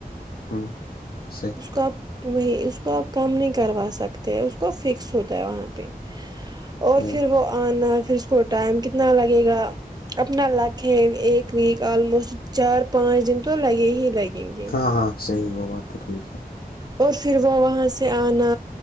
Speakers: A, on the left (about 85°); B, on the right (about 25°).
A: ہاں سہی
B: اس کو آپ وہی اس کو آپ کم نہیں کروا سکتے ہیں اس کو فکس ہوتا ہے وہاں پہ اور
A: ٹھیک
B: پھر وہ آنا پھر اس کو ٹائم کتنا لگے گا اپنا لک ایک ویک آلموسٹ چار پانچ دن تو لگے ہی لگیں گے
A: ہاں ہاں صحیح وہ بات تو ٹھیک ہے
B: اور پھر وہ وہاں سے آنا